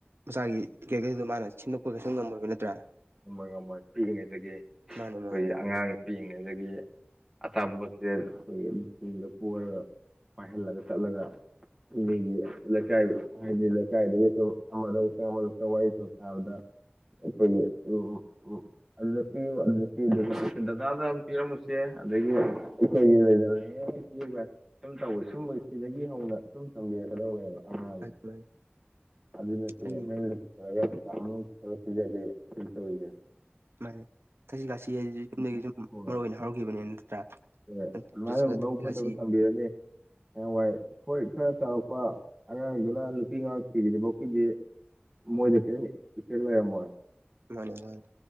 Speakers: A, on the right; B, in the centre.
A: ꯃꯆꯥꯒꯤ ꯀꯦꯔꯦꯛꯇꯔꯗꯣ ꯃꯥꯅ ꯁꯤꯟꯗꯣꯛꯄ ꯀꯩꯁꯨ ꯉꯝꯃꯣꯏꯕ ꯅꯠꯇ꯭ꯔꯥ
B: ꯉꯝꯃꯣꯏ ꯉꯝꯃꯣꯏ ꯄꯤꯛꯏꯉꯩꯗꯒꯤ
A: ꯃꯥꯅꯦ
B: ꯑꯈꯣꯏ
A: ꯃꯥꯅꯦ
B: ꯑꯉꯥꯡ ꯄꯤꯛꯏꯉꯩꯗꯒꯤ ꯑꯆꯥꯄꯣꯠꯖꯦ ꯑꯈꯣꯏꯒꯤ ꯆꯤꯡꯗ ꯄꯣꯔꯒ ꯄꯥꯏꯍꯜꯂꯒ ꯆꯠꯂꯒ ꯃꯤꯒꯤ ꯂꯩꯀꯥꯏ ꯍꯥꯏꯗꯤ ꯂꯩꯀꯥꯏꯗꯒꯤ ꯁꯨꯝ ꯑꯃꯗ ꯑꯃꯨꯛ ꯆꯪ ꯑꯃꯗ ꯑꯃꯨꯛ ꯆꯪ ꯋꯥꯔꯤ ꯁꯨꯝ ꯁꯥꯥꯕꯗ <unintelligible> ꯑꯗꯨꯗ ꯄꯤꯌꯨ ꯑꯗꯨꯗ ꯄꯤ ꯗꯗꯥꯗ ꯑꯃ ꯄꯤꯔꯝꯃꯨꯁꯦ ꯑꯗꯒꯤ ꯑꯈꯣꯏꯒꯤ <unintelligible> <unintelligible> ꯁꯨꯝ ꯇꯧꯋꯦ ꯁꯨꯝ ꯁꯤꯗꯒꯤ ꯍꯧꯅ ꯁꯨꯝ ꯇꯝꯕꯤꯔꯛꯀꯗꯧꯅꯦꯕ ꯑꯥ
A: ꯃꯥꯅꯤ ꯃꯥꯅꯤ
B: ꯑꯗꯨ ꯅꯠꯇꯦ
A: ꯑꯩ
B: ꯃꯌꯨꯝꯗ ꯄꯨꯁꯜꯂꯒ ꯀꯥ ꯃꯅꯨꯡꯗ ꯄꯨꯁꯤꯜꯒ ꯄꯤꯖꯕꯤ ꯍꯧꯖꯤꯛ ꯇꯧꯔꯤꯖꯦ
A: ꯃꯥꯅꯦ ꯊꯥꯛꯁꯤ ꯈꯥꯁꯤ ꯍꯥꯏꯖꯤꯗꯤ ꯌꯨꯝꯗꯒꯤ ꯁꯨꯝ
B: ꯍꯣꯏ
A: ꯃꯔꯨꯑꯣꯏ ꯑꯣꯏꯅ ꯍꯧꯔꯛꯂꯤꯕꯅꯤꯅ ꯅꯠꯇ꯭ꯔꯥ
B: ꯍꯣꯏ
A: ꯊꯛꯁꯤ
B: ꯑꯗꯨꯃꯥꯏꯟ ꯃꯕꯨꯛ ꯐꯠꯇꯕ
A: ꯈꯥꯁꯤ
B: ꯊꯝꯕꯤꯔꯅꯤ ꯍꯌꯦꯡꯋꯥꯏ ꯍꯣꯏ ꯈꯔ ꯆꯥꯎꯔꯛꯄ ꯑꯉꯥꯡꯗꯨꯅ ꯅꯨꯄꯤ ꯑꯉꯥꯡ ꯊꯤꯗ꯭ꯔꯤꯕꯨꯛꯀꯤꯗꯤ ꯃꯣꯏꯗ ꯀꯦꯝ ꯏꯐꯦꯛ ꯂꯩꯔꯝꯃꯣꯏ
A: ꯃꯥꯅꯦ ꯃꯥꯅꯦ